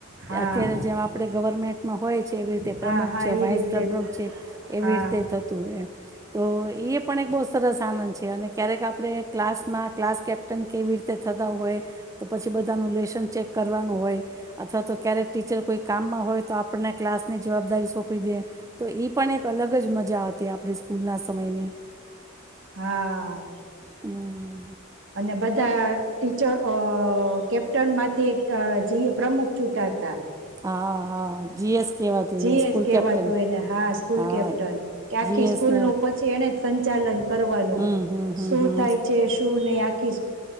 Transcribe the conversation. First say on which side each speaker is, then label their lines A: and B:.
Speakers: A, on the right (about 65°); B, on the right (about 15°).
A: હા
B: અત્યારે જેમ આપડે ગવર્મેન્ટમાં હોય છે, એવી રીતે પ્રમુખ
A: હા હા
B: છે, વાઇસ
A: એ રીતે
B: પ્રમુખ છે, એવી
A: હા
B: રીતે થતું હોય એમ. તો એ પણ એક બહુ સરસ આનંદ છે અને ક્યારેક આપણે ક્લાસમાં ક્લાસ કેપ્ટન કેવી રીતે થતા હોય તો પછી બધાનું લેશન ચેક કરવાનું હોય અથવા તો ક્યારેક ટીચર કોઈ કામમાં હોય તો આપણને ક્લાસની જવાબદારી સોંપી દે, તો ઈ પણ એક અલગ જ મજા આવતી આપણે સ્કૂલના સમયની.
A: હા.
B: હમ
A: અને બધા ટીચર અ કેપ્ટનમાંથી અ જી પ્રમુખ ચૂટાતા.
B: હા. હા જીએસ કહેવાતું
A: જી
B: છે સ્કૂલ
A: એસ કેવા
B: કેપ્ટન
A: તું એને હા સ્કૂલ
B: હા
A: કેપ્ટન કે આખી
B: જીએસને
A: સ્કૂલનું પછી એણે જ સંચાલન કરવાનું,
B: હમ હમ હમ
A: શું
B: હમ
A: થાય છે, શું નહી? આ કેસ